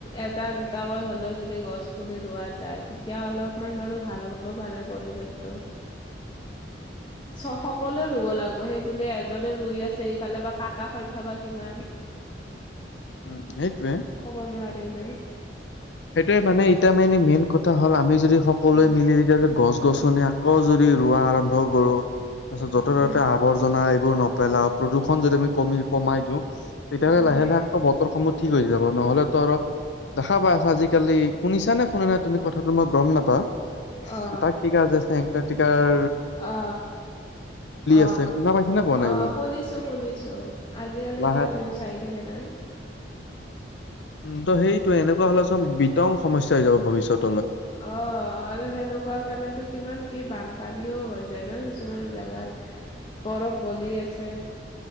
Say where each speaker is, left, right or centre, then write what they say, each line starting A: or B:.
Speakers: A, on the left (about 25°); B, on the left (about 80°).
A: এটা দুটাকৈ হলেও যদি গছ পুলি ৰোৱা যায় তেতিয়া অলপমান। বাৰু ভাল হব পাৰে পৰিৱেশটো।
B: <unintelligible>
A: ছ' সকলোৱে ৰুব লাগিব সেই বোলে এজনে ৰুই আছে ইফালে বা কাটা সংখ্যা বা কিমান।
B: উম সেইটোয়ে
A: কব নোৱাৰি ন।
B: সেইটোয়ে মানে এতিয়া মানে মেইন কথা হ'ল আমি যদি সকলোৱে
A: উম
B: মিলি যদি গছ গছনি আকৌ যদি ৰোৱা আৰম্ভ কৰো তাৰ পিছত যতে
A: উম
B: ততে আৱৰ্জাই যদি নেপেলাও প্ৰদূশন যদি আমি কমাই দিও তেতিয়া হলে
A: উম
B: লাহে লাহে আকৌ বতৰ সমূহ ঠিক হৈ যাব নহলেতো আৰু দেখা পাই আজিকালি শুনিছা নে শুনা নাই তুমি কথাটো মই গম নাপাও এই
A: অ
B: এন্টাৰ্কটিকা যে আছে ট্ৰিকাৰ
A: অ অ
B: আছে শুনা পাইছে নে পোৱা নাই
A: অ
B: এইবোৰ
A: শুনিছো শুনিছো আজি কালি
B: লাহে
A: এইবিলাক নিউজ আহি থাকে না।
B: উম ত' সেইটোয়ে এনেকুৱা হলে চোন বিতং সমস্যা হৈ যাব ভৱিষ্যত।
A: অ আৰু সেনেকুৱা কাৰণেতো কিমান কি বানপানীও হৈ যায় ন কিছুমান জাগাত বৰফ গলি আছে